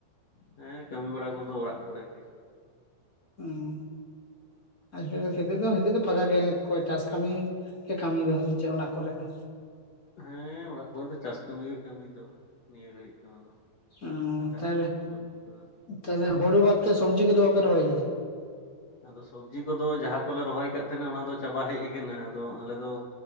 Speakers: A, on the left; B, on the left.
A: ᱦᱮᱸ ᱠᱟᱹᱢᱤ ᱵᱟᱲᱟ ᱠᱚᱫᱚ ᱚᱲᱟᱜ ᱠᱚᱨᱮ ᱜᱮ᱾
B: ᱚᱸᱻ ᱟᱨ ᱱᱤᱛᱚᱜ ᱫᱚ ᱱᱤᱛᱚᱜ ᱫᱚ ᱱᱤᱛᱚᱜ ᱫᱚ ᱯᱷᱟᱠᱟ ᱜᱮ ᱚᱠᱚᱭ ᱪᱟᱥ ᱠᱟᱹᱢᱤ, ᱠᱟᱹᱢᱤ ᱫᱚ ᱦᱮ ᱥᱮ ᱪᱮᱫ ᱚᱲᱟᱜ ᱠᱚᱨᱮ ᱫᱚ᱾
A: ᱦᱮᱸ ᱚᱲᱟᱜ ᱠᱚᱨᱮ ᱫᱚ ᱪᱟᱥ ᱠᱟᱹᱢᱤ ᱜᱮ ᱠᱟᱹᱢ ᱫᱚ ᱱᱤᱭᱟᱹ ᱜᱷᱟᱹᱲᱤᱡ ᱫᱚ ᱟᱫᱚ,
B: ᱚ
A: ᱮᱴᱟᱜ
B: ᱛᱟᱦᱚᱞᱮ
A: ᱠᱚ ᱠᱟᱹᱢᱤ ᱵᱟᱹᱱᱩᱜ ᱠᱟᱫᱟ᱾
B: ᱛᱟᱦᱚᱞᱮ ᱦᱩᱲᱩ ᱵᱟᱫ ᱛᱮ ᱥᱚᱵᱡᱤ ᱠᱚᱫᱚ ᱵᱟᱯᱮ ᱨᱚᱦᱚᱭ ᱠᱟᱫᱟ?
A: ᱟᱫᱚ ᱥᱚᱵᱡᱤ ᱠᱚᱫᱚ ᱡᱟᱦᱟᱸ ᱠᱚᱞᱮ ᱨᱚᱦᱚᱭ ᱟᱠᱟᱫ ᱛᱟᱦᱮᱸᱱᱟ ᱚᱱᱟ ᱫᱚ ᱪᱟᱵᱟ ᱦᱮᱡ ᱠᱟᱱᱟ ᱟᱫᱚ ᱟᱞᱮ ᱫᱚ,